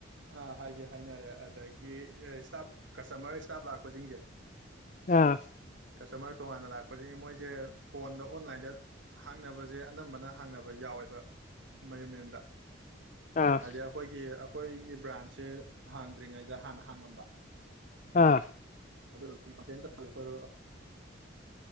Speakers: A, on the right; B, on the left.
A: ꯑꯥ ꯍꯥꯏꯗꯤ ꯍꯥꯏꯅꯔꯦ ꯑꯗꯒꯤ ꯏꯁꯇꯥꯞ ꯀꯁꯇꯃꯔ ꯏꯁꯇꯥꯞ ꯂꯥꯛꯄꯁꯤꯡꯁꯦ
B: ꯑꯥ
A: ꯀꯁꯇꯃꯔ ꯇꯣꯉꯥꯟꯅ ꯂꯥꯛꯄꯁꯤꯡ ꯃꯣꯏꯁꯦ ꯐꯣꯟꯗ ꯑꯣꯟꯂꯥꯏꯟꯗ ꯍꯥꯡꯅꯕꯁꯦ ꯑꯅꯝꯕꯅ ꯍꯥꯡꯅꯕ ꯌꯥꯎꯋꯦꯕ ꯃꯌꯨꯝ ꯃꯌꯨꯝꯗ
B: ꯑꯥ
A: ꯍꯥꯏꯗꯤ ꯑꯩꯈꯣꯏꯒꯤ ꯍꯈꯣꯏꯒꯤ ꯕ꯭ꯔꯥꯟꯁꯦ ꯍꯥꯡꯗ꯭ꯔꯤꯉꯩꯗ ꯍꯥꯟꯅ ꯍꯥꯡꯉꯝꯕ
B: ꯑꯥ
A: ꯑꯗꯨ ꯀꯝꯄ꯭ꯂꯦꯟ ꯇꯧꯈꯣꯏ